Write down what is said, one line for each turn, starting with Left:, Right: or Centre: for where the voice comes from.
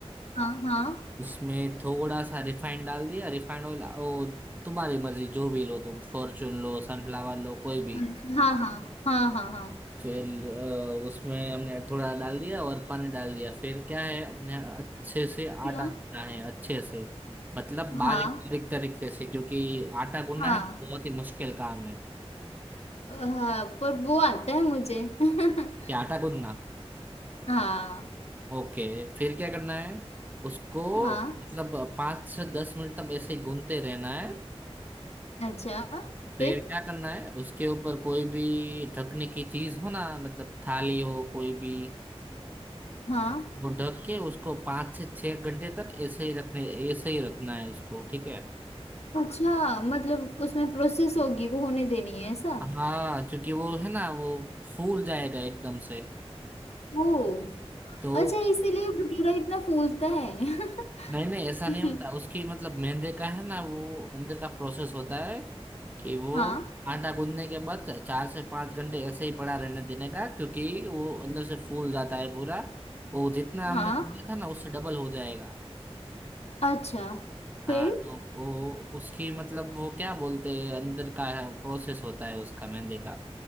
Left: हाँ हाँ
Right: उसमें थोड़ा सा रिफाइंड डाल दिया रिफाइंड ऑयल ओ तुम्हारी मर्जी जो भी लो तुम फॉर्चून लो सनफ्लावर लो कोई भी
Left: अच्छा, हाँ हाँ हाँ हाँ हाँ
Right: फिर अ, उसमें हमने थोड़ा डाल दिया और पानी डाल दिया फिर क्या है अपने अच्छे से आटा
Left: क्या
Right: गूंदना है अच्छे से मतलब बारीक
Left: हाँ
Right: बारीक तरीके से क्योंकि आटा गूंदना
Left: हाँ
Right: है ना, बहुत ही मुश्किल काम है
Left: हाँ पर वो आता है मुझे <laughs>
Right: कि आटा गूंदना
Left: हाँ
Right: ओके फिर क्या करना है उसको
Left: हाँ
Right: मतलब पाँच से दस मिनट तक ऐसे ही गूंदते रहना है
Left: अच्छा
Right: फिर
Left: फिर
Right: क्या करना है उसके ऊपर कोई भी ढकने की चीज हो ना मतलब थाली हो कोई भी
Left: हाँ
Right: वो ढक के उसको पाँच से छह घंटे तक ऐसे ही रखने ऐसे ही रखना है उसको ठीक है
Left: अच्छा मतलब उसमें प्रोसेस होगी वो होने देनी है ऐसा
Right: हाँ क्योंकि वो है ना वो फूल जाएगा एकदम से
Left: ओ
Right: तो
Left: अच्छा इसीलिए भटूरा इतना फूलता है
Right: नहीं नहीं ऐसा
Left: <laughs>
Right: नहीं होता उसकी मतलब मेहंदी का है ना वो अंदर का प्रोसेस होता है कि वो
Left: हाँ
Right: आटा गूंदने के बाद चार से पांच घंटे ऐसे ही पड़ा रहने देने का क्योंकि वो अंदर से फूल जाता है पूरा वो जितना हमने
Left: हाँ
Right: गूंदा था ना उससे डबल हो जाएगा
Left: अच्छा फिर
Right: हाँ तो वो उसकी मतलब वो क्या बोलते हैं अंदर का है, प्रोसेस होता है उसका मेहंदी का